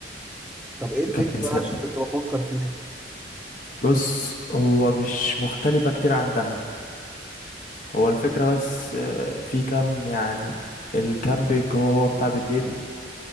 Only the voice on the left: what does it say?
كابتن سا-
بص هو مش مختلفة كتير عن دهب هو الفكرة بس آه، في كام يعني الكامبينج هو هو بتاع بالليل